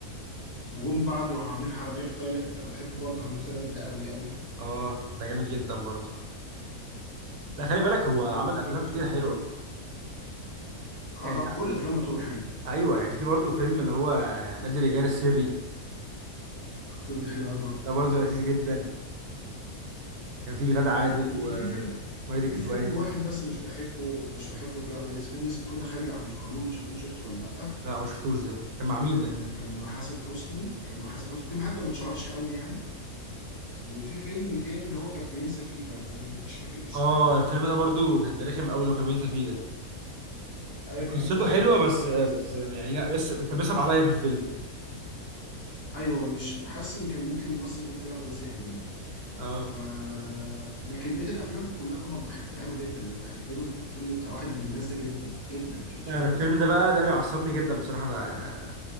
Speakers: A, on the left (about 25°); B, on the right (about 80°).
A: وجم بعد راحوا عاملين حراميه في تايلاند انا بحب برضه حراميه في تايلاند ده قوي قوي
B: آه ده جامد جدا برضه لا خلي بالك هو
A: دي
B: عمل
A: قلت
B: أفلام
A: لك افلام
B: كتير حلوة
A: كتير
B: يعني
A: اه طب كل افلامه يعتبر حلو
B: أيوه يعني في برضه فيلم اللي هو نادي الرجال السري
A: الفيلم ده حلو قوي برضه
B: ده برضه لذيذ جدا كان فيه غادة عادل
A: انا يمكن
B: وماجد
A: في فيلم
B: الكدواني
A: في فيلم واحد بس مش بحبه مش بحبه لكريم عبد العزيز فيلم اسمه كده خارج عن القانون مش عارف انت شفته ولا لا
B: لا ما شفتوش ده كان مع
A: آه
B: مين ده؟
A: كان مع حسن حسني كان مع حسن حسني فيلم حتى ما اتشهرش قوي يعني وفي فيلم تاني اللي هو كان بينسى فيه ده انا مش فاكر اسمه
B: آه الفيلم ده برضه
A: كان-
B: كان رخم أوي لو كان بينسى فيه ده
A: ايوه
B: كانت
A: اللي
B: قصته
A: كان بينسى
B: حلوه
A: فيه ده برضه
B: بس
A: مش
B: بس
A: احسن
B: يعني لا يس... كان بيصعب عليا في الفيلم
A: ايوه مش حاسس ان كان ممكن ممثل غير كريم عبد العزيز يعمله يعني
B: اه
A: ف لكن بقيه الافلام كلها طبعا بحبها له جدا انا بحب له الفيلم بتاع واحد من الناس ده جدا جدا مش عارف
B: انا
A: شفته
B: الفيلم
A: ولا لأ.
B: ده بقى ده بيعصبني جدا بصراحه انا